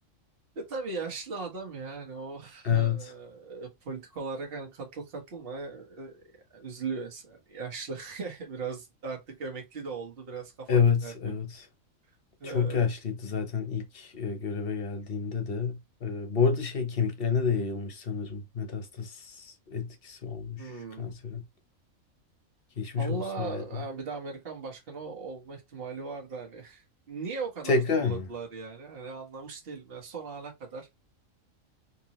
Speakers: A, on the right; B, on the left.
A: E tabii yaşlı adam yani o <laughs>
B: Evet.
A: eee, politik olarak hani katıl katılma eee, üzülüyor insan. Yaşlı <laughs> biraz artık emekli de oldu biraz kafa
B: Evet,
A: dinler
B: evet.
A: diyordum. Eee,
B: Çok yaşlıydı zaten ilk e, göreve geldiğinde de. E, bu arada şey kemiklerine de yayılmış sanırım. Metastaz etkisi olmuş
A: hmm.
B: kanserin. Geçmiş
A: Allah
B: olsun Biden'a.
A: e, bir de Amerikan başkanı olma ihtimali vardı hani. Niye o kadar
B: Tekrar
A: zorladılar
B: mı?
A: yani? Hani anlamış değilim. Yani son ana kadar.